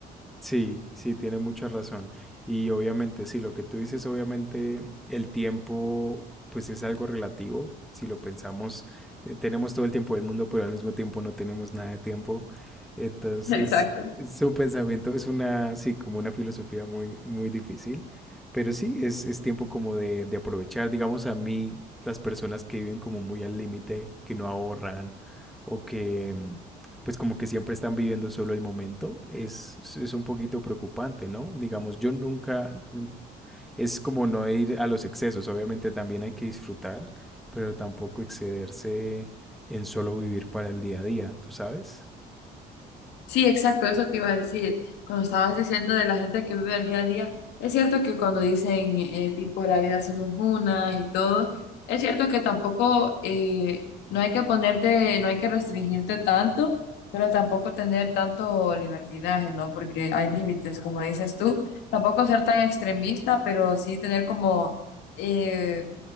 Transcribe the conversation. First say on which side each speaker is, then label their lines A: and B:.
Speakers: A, in the centre; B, on the left.
A: Sí, sí, tiene mucha razón. Y obviamente, sí, lo que tú dices, obviamente el tiempo, pues es algo relativo. Si lo pensamos, eh, tenemos todo el tiempo del mundo, pero al mismo tiempo no tenemos nada de tiempo. Entonces,
B: Exacto.
A: es un pensamiento, es una, sí, como una filosofía muy, muy difícil. Pero sí, es, es tiempo como de, de aprovechar. Digamos, a mí, las personas que viven como muy al límite, que no ahorran o que, mm, pues como que siempre están viviendo solo el momento, es, es un poquito preocupante, ¿no? Digamos, yo nunca, es como no ir a los excesos, obviamente también hay que disfrutar, pero tampoco excederse en solo vivir para el día a día, ¿tú sabes?
B: Sí, exacto, eso te iba a decir. Cuando estabas diciendo de la gente que vive el día a día, es cierto que cuando dicen eh, tipo la vida solo es una y todo, es cierto que tampoco eh, no hay que ponerte, no hay que restringirte tanto, pero tampoco tener tanto libertinaje, ¿no? Porque hay límites, como dices tú. Tampoco ser tan extremista, pero sí tener como eh,